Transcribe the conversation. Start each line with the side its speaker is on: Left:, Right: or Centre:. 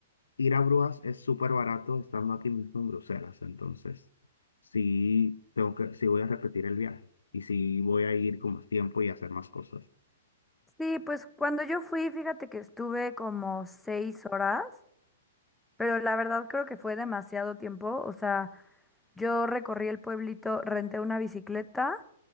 Left: ir a Brujas es súper barato estando aquí mismo en Bruselas, entonces sí tengo que, sí voy a repetir el viaje y sí voy a ir con más tiempo y hacer más cosas.
Centre: Sí, pues cuando yo fui, fíjate que estuve como seis horas, pero la verdad creo que fue demasiado tiempo. O sea, yo recorrí el pueblito, renté una bicicleta,